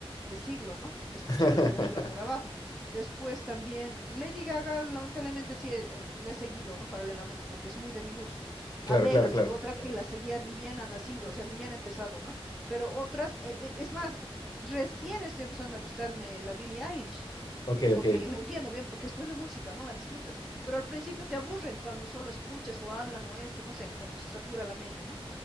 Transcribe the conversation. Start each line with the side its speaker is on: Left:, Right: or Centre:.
Centre: de siglo, ¿no? Escucharla
Left: <laughs>
Centre: de arriba por abajo. Después también Lady Gaga, lamentablemente sí, eh, eh, la he seguido, ¿no? Paralelamente, porque es muy de mi gusto. Adele
Left: Claro, claro,
Centre: ha
Left: claro.
Centre: sido otra que la seguía ni bien ha nacido, o sea, ni bien ha empezado, ¿no? Pero otras, eh, eh, es más, recién estoy empezando a gustarme la Billie Eilish
Left: Ok,
Centre: porque
Left: ok.
Centre: me entiendo bien, porque es buena música, ¿no? La disfrutas, pero al principio te aburren cuando solo escuchas o hablan o esto, no sé, cuando se satura la media, ¿no?